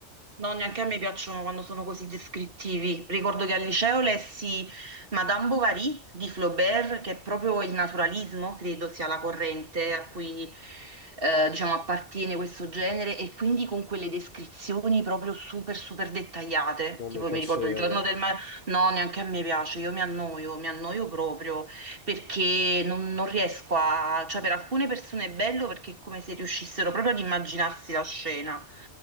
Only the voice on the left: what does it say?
non
mi piaceva.